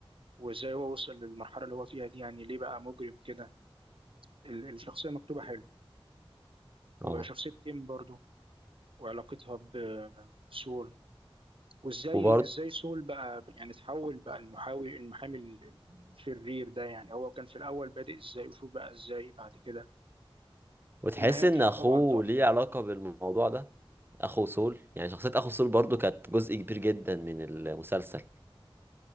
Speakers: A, on the right; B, on the right.
A: وإزاي هو وصل للمرحلة اللي هو فيها دي يعني ليه بقى مجرم كده ال- الشخصية مكتوبة حلو وشخصية
B: اه
A: كيم برضو وعلاقتها ب- بسول وازاي
B: وبرضو
A: ازاي سول بقى يعني تحول بقى المحاوي المحامي ال- الشرير ده يعني هو كان في الاول بادئ ازاي وشوف بقى ازاي بعد كده
B: وتحس
A: والنهايه بتاعته
B: ان اخوه
A: طبعا تحفه
B: ليه علاقة بالموضوع ده اخو سول يعني شخصية اخو سول برضو كانت جزء كبير جدا من المسلسل